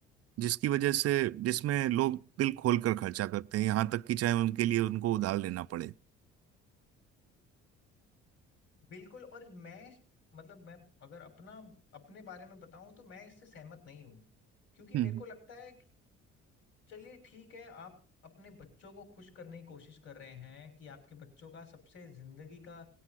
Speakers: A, on the right; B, on the left.
A: जिसकी वजह से जिसमें लोग दिल खोल कर खर्चा करते हैं यहाँ तक कि चाहे उनके लिए उनको उधार लेना पड़े
B: बिल्कुल और मैं मतलब मैं अगर अपना अपने बारे में बताऊं तो मैं इससे सहमत नहीं हूं क्योंकि
A: हम्म
B: मेरे को लगता है चलिए ठीक है आप अपने बच्चों को खुश करने की कोशिश कर रहे हैं कि आपके बच्चों का सबसे जिंदगी का